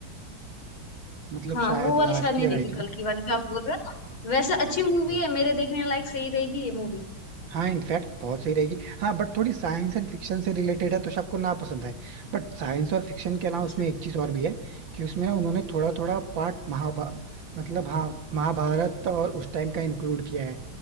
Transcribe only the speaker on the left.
हाँ
वो वाली
शायद नहीं
देखी
कल की वाली जो आप बोल रहे हो ना वैसे अच्छी मूवी
है मेरे देखने लायक सही रहेगी ये मूवी
अच्छा